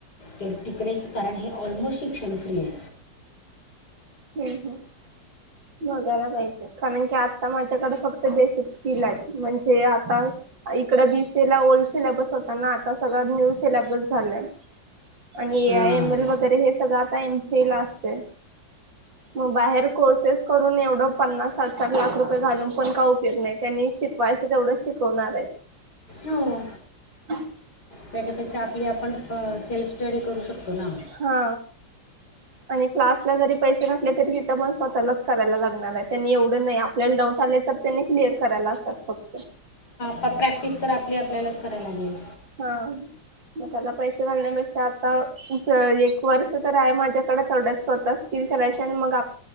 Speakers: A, on the left; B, on the right.
A: तर तिकडेच कारण हे ऑलमोस्ट शिक्षण फ्री आहे.
B: ह. ह. बघायला पाहिजे. कारण की आता माझ्याकडे फक्त बेसिक स्किल आहेत. म्हणजे. आता इकड बी. सी. ए ला ओल्ड. सिलेबस होताना. आता सगळ्या न्यू सिलेबस झाल्या. आणि ए.
A: हां
B: आय. एम. एल. वगैरे हे सगळं आता एमसीए ला असते. मग बाहेर कोर्सेस करून एवढ. तेवढ पन्नास साठ-साठ लाख रुपये घालून पण काय उपयोग नाही. त्यांनी शिकवायच तेवढच शिकवणार आहे.
A: हो.
B: ह <unintelligible>
A: त्याच्यापेक्षा आपली आपण. सेल्फ स्टडी करू शकतो ना.
B: हा आणि क्लासला जरी. पैसे घातले तरी तिथं पण. स्वतःलाच करायला लागणार आहे त्यांनी एवढं नाही आपल्याला डाऊट आले तर त्यांनी क्लिअर करायला. असतात फक्त.
A: प्रॅक्टिस तर आपली आपल्यालाच कराय लागेल.
B: हा. मग त्याला पैसे घालण्यापेक्षा आता. एक वर्ष तर आहे माझ्याकडे तेवड्या स्वतः स्किल करायच आणि मग